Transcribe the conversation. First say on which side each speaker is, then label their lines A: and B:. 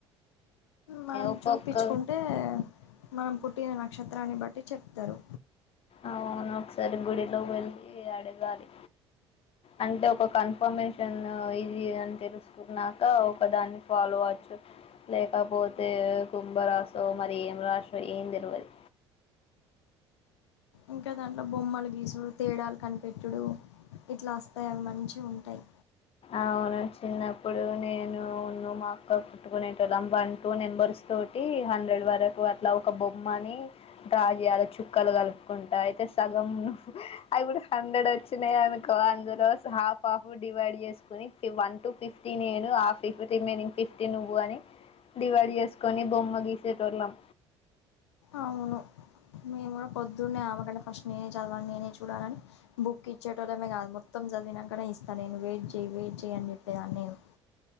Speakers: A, on the left; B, on the left.
A: మనం
B: ఒక్కొక్క
A: చూపిచుకుంటే మనం పుట్టిన నక్షత్రాన్ని బట్టి చెప్తారు
B: అవును ఒకసారి గుడిలో వెళ్ళి అడగాలి అంటే ఒక కన్ఫర్మేషన్ ఇది అని తెలుసుకున్నాక ఒక దాన్ని ఫాలో అ చ్చు లేకపోతే కుంభరాశో మరి ఏం రాసో ఏం తెలువదు
A: ఇంకా దాంట్లో బొమ్మలు గీసుడు తేడాలు కనిపెట్టుడు ఇట్లా వస్తాయి అవి మంచివుంటాయి
B: అవును చిన్నప్పుడు నేనునూ మా అక్క కుట్టుకునేటోలం వన్ టూ నెంబర్స్ తోటి హండ్రెడ్ వరకు అట్లా ఒక బొమ్మని డ్రా చేయాలి చుక్కలు కలుపుకుంటా అయితే సగం అప్పుడు హండ్రెడ్ వచ్చినాయి అనుకో అందులో హాఫ్ హాఫ్ డివైడ్ చేసు కొని వన్ టు ఫిఫ్టీ నేను ఆ ఫిఫ్టీ మేనింగ్ ఫిఫ్టీ నువ్వు అని డివైడ్ చేసుకొని బొమ్మ గీసేటోల్లం
A: అవును మేము కూడా పొద్దున్నే ఆమె కంటే ఫస్ట్ నేనే చదవని నేనే చూడాలని బుక్ ఇచ్చేటోళ్ళమే కాదు మొ త్తం చదివినంకనే ఇస్తా నేను వెయిట్ చెయ్ వెయిట్ చెయ్ అని చెప్పేదాన్ని నేను